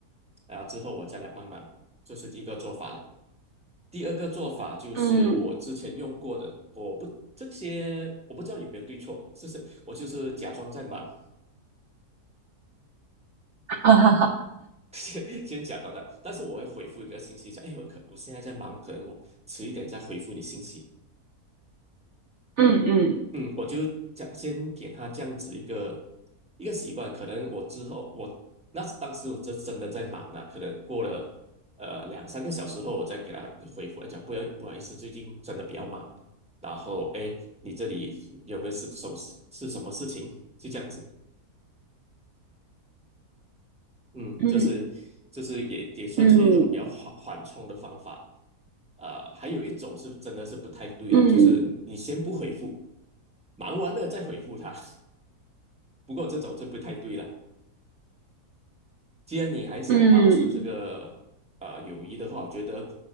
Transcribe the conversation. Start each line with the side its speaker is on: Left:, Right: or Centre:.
Centre: 然后之后我再来帮忙，这是第一个做法了。第二个做法就是我之前用过的，
Right: 嗯，
Centre: 我不这些我不知道有没有对错，就是我就是假装在忙，
Right: <laughs> 哈哈哈，
Centre: 先 <laughs> 先假装的，但是我会回复一个信息讲，哎，我可我现在在忙，可能我迟一点再回复你信息。
Right: 嗯嗯。
Centre: 嗯，我就讲先给他这样子一个一个习惯，可能我之后我那当时我这真的在忙了，可能过了呃两三个小时后，我再给他回复，哎，讲不要不好意思，最近真的比较忙，然后哎，诶你这里有没有是什么是什么事情？就这样子。嗯，
Right: 嗯
Centre: 这是这是也也算是一种比较缓缓冲的方法。
Right: 嗯
Centre: 呃，还有一种是真的是不太对了，
Right: 嗯
Centre: 就是你你先不回复，忙完了再回复他。<laughs> 不过这种就不太对了。既然你还想保持这个呃友谊的话，
Right: 嗯，
Centre: 我觉得